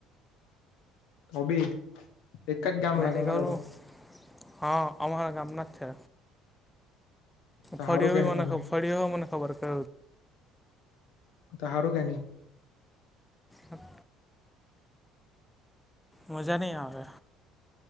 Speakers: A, on the left; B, in the centre.
A: તો બી એક જ ગામ લાગેને
B: નહીં કહું
A: તારુ
B: હા અમારા ગામ ના છે
A: તો
B: ફરી્યો
A: સારું કે નહી
B: મને
A: તને
B: બી ફડીયુ હો મને ખબર કે
A: તો હારું કે ની
B: સાત મજા નહી આવે